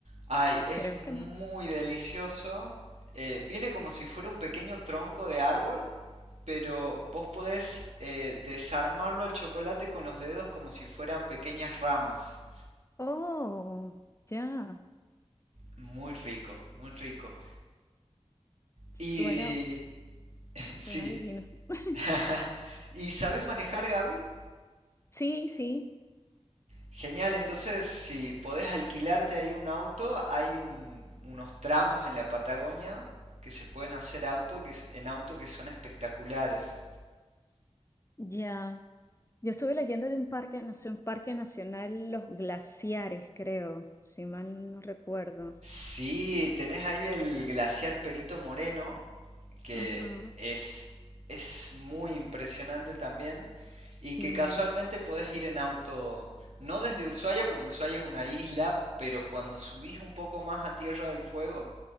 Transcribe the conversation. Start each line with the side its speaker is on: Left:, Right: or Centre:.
Right: Ay, es
Left: creo
Right: muy
Left: que no.
Right: delicioso. Eh, viene como si fuera un pequeño tronco de árbol, pero vos podés eh, desarmarlo al chocolate con los dedos como si fueran pequeñas ramas.
Left: Oh, ya,
Right: Muy rico, muy rico.
Left: suena,
Right: Y... <laughs>
Left: suena
Right: Sí.
Left: divino. <laughs>
Right: <laughs> ¿Y sabés manejar, Gaby?
Left: Sí, sí,
Right: Genial, entonces si podés alquilarte ahí un auto, hay un- unos tramos en la Patagonia que se pueden hacer auto, que, es- en auto que son espectaculares.
Left: ya. Yo estuve leyendo de un parque, no sé, un parque nacional, Los Glaciares, creo, si mal no recuerdo.
Right: Sí, tenés ahí el glaciar Perito Moreno, que
Left: Ajá,
Right: es, es muy impresionante también, y
Left: sí,
Right: que casualmente podés ir en auto, no desde Ushuaia, porque Ushuaia es una isla, pero cuando subís un poco más a Tierra del Fuego,